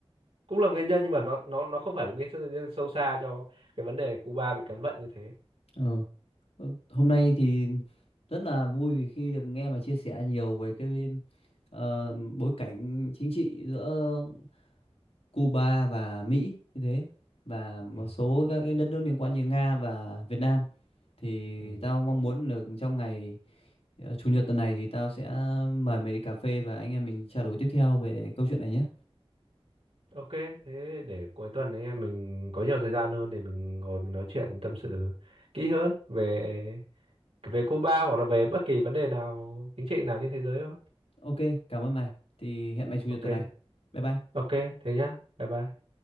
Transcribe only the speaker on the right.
cũng là nguyên nhân nhưng mà nó nó nó không phải là nguyên nhân sâu xa cho cái vấn đề Cuba bị cấm vận như thế.
Ừ.
Ừ.
Ok, thế để cuối tuần anh em mình có nhiều thời gian hơn thì mình ngồi mình nói chuyện tâm sự kỹ hơn về về Cuba hoặc là về bất kỳ vấn đề nào chính trị nào trên thế giới đó.
Ok,
ok, thế nhá. Bye bye.